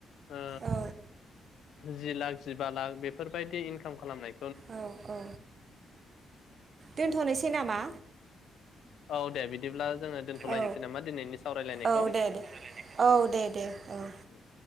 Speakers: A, on the left; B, on the right.
A: ओ
B: औ
A: जि लाख जिबा लाख बेफोरबायदि इनकाम खालामनाय
B: औ औ दोनथनोसै नामा?
A: औ दे बि बिदिब्ला जोङो दोन्थलायनोसै
B: औ
A: नामा दिनैनि सावरायलायनायखौ
B: औ दे दे औ
A: ओ
B: दे दे औ
A: उ